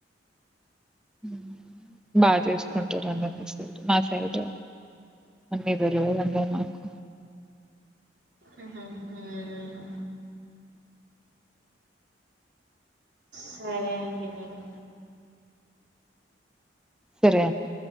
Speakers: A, in the centre; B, on the right.
A: ఉమ్ బాగా చేసుకుంటారు అండి మీ సైడ్ మా సైడ్ అన్నీ దొరగదు అన్నారు మాకు
B: ఉహూ ఉమ్ సరే అండి మరి
A: సరే అండి